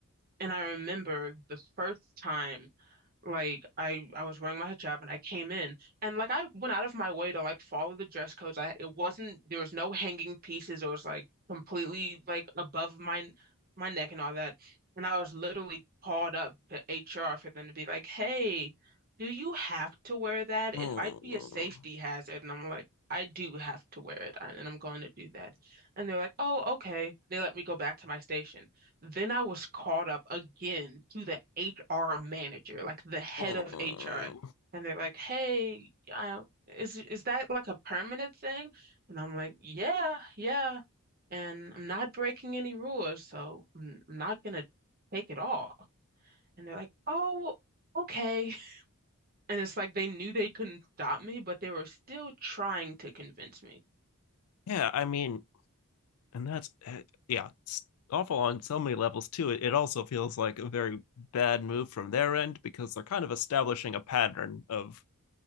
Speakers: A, on the right; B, on the left.
A: And I remember the first time, like I I was wearing my hijab and I came in and like I went out of my way to like follow the dress codes. I it wasn't there was no hanging pieces. It was like completely like above my my neck and all that. And I was literally called up to HR for them to be like, "Hey, do you have to wear that?
B: Mm,
A: It might be a safety hazard." And I'm like, "I do have to wear it, I- and I'm going to do that." And they're like, "Oh, okay." They let me go back to my station. Then I was called up again to the HR manager, like the head
B: mm.
A: of HR. And they're like, hey, I, is is that like a permanent thing? And I'm like, yeah, yeah. And I'm not breaking any rules, so I'm not gonna take it all. And they're like, oh, okay. <laughs> And it's like they knew they couldn't stop me, but they were still trying to convince me.
B: Yeah, I mean. and that's eh, yeah it's awful on so many levels too it, it also feels like a very bad move from their end because they're kind of establishing a pattern of